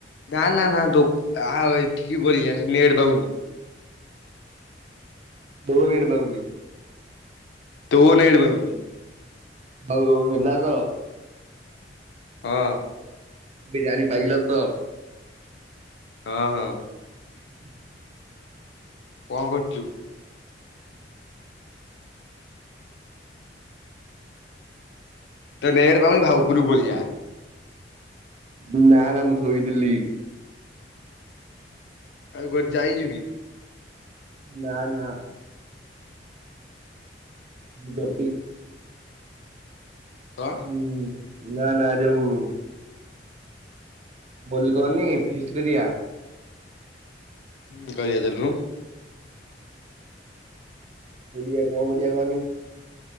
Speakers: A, on the left; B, on the right.
A: ନା ନା ନା, ଦୋକ ଆଉ ଏଠିକି ପରିଯା ନେଡ଼ ଦଉନି।
B: ବଉନେଟ୍ ପାଉନି।
A: ତୋ ନେଟ୍ ପାଉନି।
B: ହଉହଉ ହେଲା ତ।
A: ହଁ।
B: ବିରିୟାନୀ ପାଇଲ ତ?
A: ହଁ ହଁ।
B: ହୁ <unintelligible>
A: କଣ କରଚୁ? ତ ନେଟ୍ ପାଉନି, ଭାଉ ଉପୁରୁକୁ ପଳିଆ।
B: ନା, ନା ମୁସୋଇ ଦିଲ୍ଲି।
A: ଆଉ କୁଆଡ଼େ ଯାଇଛୁ କି?
B: ନା, ନା। ମୁଁ ଦପିକ୍
A: ଆଉ କଣ
B: ହୁଁ, ନା ନା ଯଉ-ଉ ଭୁଲ୍ କରନି! ଫିଷ୍ଟ କରିଆ।
A: ହୁଁ କରିଆ ଚାଲନୁ।
B: ଯଧିଆ କଣ କରିଆ କହନି?